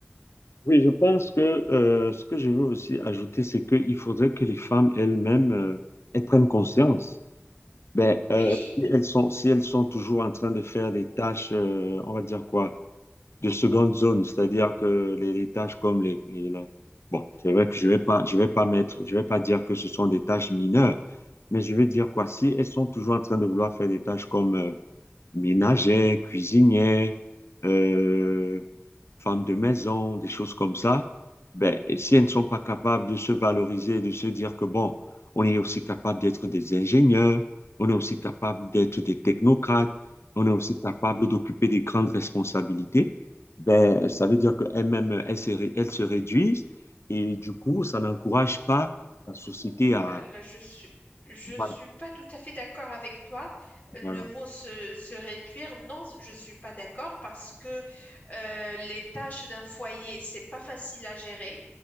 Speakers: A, on the left; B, on the left.
A: Oui, je pense que euh, ce que je veux aussi ajouter, c'est qu'il faudrait que les femmes elles-mêmes euh, elles prennent conscience. Ben,
B: Oui.
A: euh, si elles sont, si elles sont toujours en train de faire des tâches, euh, on va dire quoi, de seconde zone, c'est-à-dire que les, les tâches comme les, les- les- Bon, c'est vrai que je vais pas, je vais pas mettre, je vais pas dire que ce sont des tâches mineures, mais je vais dire quoi,
B: Mhm.
A: si elles sont toujours en train de vouloir faire des tâches comme euh, ménagère, cuisinière, euh, femme de maison, des choses comme ça, ben, et si elles ne sont pas capables de se valoriser, de se dire que bon, on est aussi capable d'être des ingénieurs, on est aussi capable d'être des technocrates, on est aussi capable d'occuper des grandes responsabilités, ben, ça veut dire qu'elles-mêmes, elles se, ré- elles se réduisent et du coup, ça n'encourage pas la société
B: Ouh
A: à...
B: là là, je suis, je
A: Voilà,
B: suis pas tout à fait d'accord avec toi. Le
A: voilà.
B: mot se, se réduire, non, je suis pas d'accord parce que euh, les tâches d'un foyer, c'est pas facile à gérer.